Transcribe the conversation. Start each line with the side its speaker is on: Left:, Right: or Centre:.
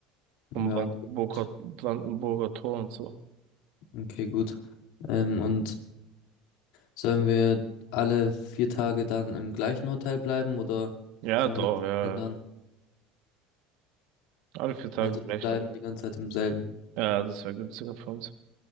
Right: Vom
Left: Ja,
Right: Brandenburger,
Left: gut.
Right: Brandenburger Tor und so.
Left: okay, gut. Ähm, und Sollen wir alle vier Tage dann im gleichen Hotel bleiben oder
Right: Ja,
Left: sollen
Right: doch,
Left: wir das
Right: ja.
Left: ändern?
Right: ja. Alle vier Tage
Left: Also
Right: im gleichen
Left: wir bleiben
Right: Hotel.
Left: die ganze Zeit im selben.
Right: Ja, das wäre günstiger für uns.